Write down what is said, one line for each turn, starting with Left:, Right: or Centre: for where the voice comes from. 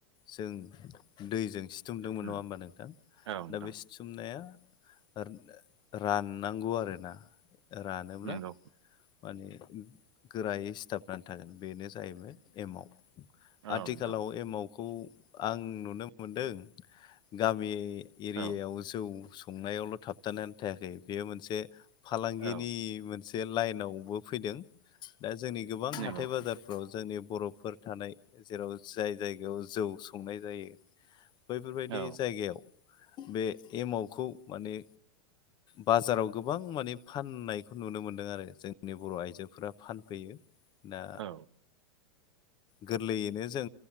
Left: जों दैजों सिथुमदोंमोन
Right: उम
Left: नङा होमबा नोंथां
Right: औ नोंथां
Left: दा बे सिथुमनाया रा राननांगौ आरोना रानोब्ला
Right: नंगौ
Left: माने गोरायै सिथाबनानै थागोन बेनो जाहैबाय एमाव।
Right: औ
Left: आथिखालाव
Right: नोंथां
Left: एमावखौ आं नुनो मोनदों गामि एरियायाव
Right: औ
Left: जौ संनायावल' थाबथानायानानै थायाखै बेयो मोनसे फालांगिनि
Right: औ
Left: मोनसे लाइनावबो फैदों। दा जोंनि गोबां
Right: नंगौ
Left: हाथाय बाजारफोराव जोंनि बर'फोर थानाय जेराव जाय जायगायाव जौ संनाय जायो बैफोरबायदि
Right: औ
Left: जायगायाव बे एमावखौ माने बाजाराव गोबां माने फाननायखौ नुनो मोनदों आरो। जोंनि बर' आइजोफोरा फानफैयो दा
Right: औ
Left: गोरलैयैनो जों